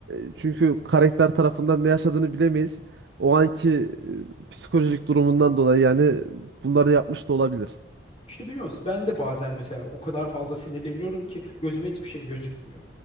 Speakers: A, on the right; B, on the left.
A: e, çünkü karakter tarafından ne yaşadığını bilemeyiz. O anki e, psikolojik durumundan dolayı yani bunları yapmış da olabilir.
B: İşte biliyor musun? Ben de bazen mesela o kadar fazla sinirleniyorum ki gözüme hiçbir şey gözükmüyor.